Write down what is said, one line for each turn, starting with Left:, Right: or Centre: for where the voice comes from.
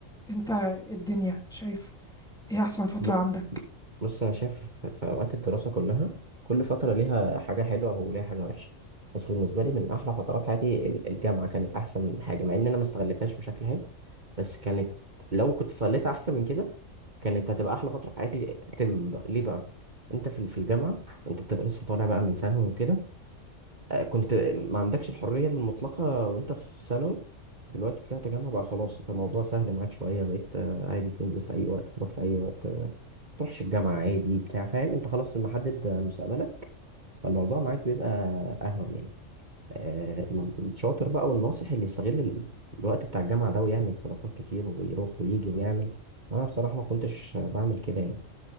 Centre: انت الدنيا شايف ايه احسن فتره
Right: ب-
Centre: عندك
Right: بص انا شايف في في اوقات الدراسه كلها كل فتره ليها حاجه حلوه وليها حاجه وحشه بس بالنسبه لي من احلى فترات حياتي ال- الجامعه كانت احسن حاجه مع ان انا ما استغلتهاش بشكل حلو بس كانت لو كنت صليتها احسن من كده كانت هتبقى احلى فتره في حياتي تم بقى. ليه بقى انت في ال- في الجامعه انت بتبقى لسه طالع بقى من ثانوي وكده آه، كنت ما عندكش الحرية المطلقة وانت في ثانوي دلوقتي طلعت جامعة بقى خلاص انت الموضوع سهل معاك شوية بقيت آه، عادي تنزل في أي وقت تروح في أي وقت آه، تروحش الجامعة عادي بتاع فاهم انت خلاص محدد آه، مستقبلك فالموضوع معاك بيبقى أهون يعني آه، ال- الشاطر بقى والناصح اللي يستغل ال- الوقت بتاع الجامعة ده ويعمل صداقات كتير ويروح ويجي ويعمل أنا بصراحة ما كنتش آه، بعمل كده يعني